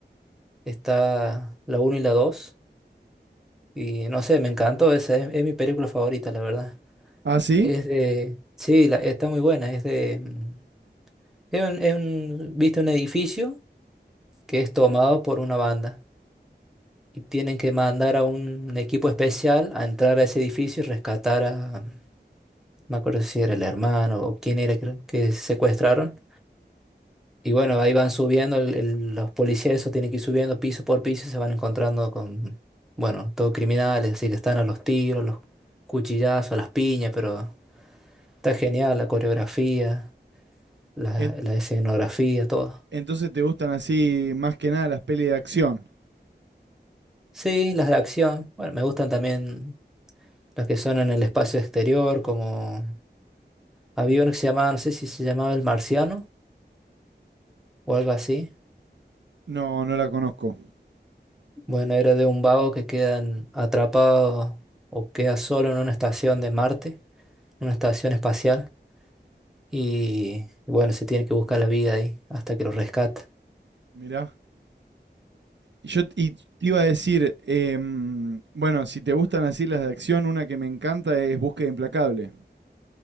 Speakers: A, in the centre; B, on the right.
A: Está la uno y la dos Y no sé, me encantó esa, es es mi película favorita, la verdad.
B: ¿Ah, sí?
A: Es de, sí, la- está muy buena. Es de, mm, es un, es un- viste un edificio que es tomado por una banda y tienen que mandar a un equipo especial a entrar a ese edificio y rescatar a, no me acuerdo si era el hermano o quién era creo, que secuestraron. Y bueno, ahí van subiendo, el- el- los policías eso tienen que ir subiendo piso por piso y se van encontrando con, bueno, todos criminales, así que están a los tiros, los cuchillazos, a las piñas, pero está genial la coreografía. la,
B: En-
A: la escenografía, todo.
B: entonces te gustan así más que nada las pelis de acción.
A: Sí, las de acción. Bueno, me gustan también las que son en el espacio exterior, como había uno que se llamaba, no sé si se llamaba El Marciano o algo así.
B: No, no la conozco.
A: Bueno, era de un vago que queda atrapado o queda solo en una estación de Marte, una estación espacial, y, y bueno, se tiene que buscar la vida ahí hasta que lo rescate.
B: Mirá. Y yo t- y te iba a decir, em, bueno, si te gustan así las de acción, una que me encanta es Búsqueda Implacable.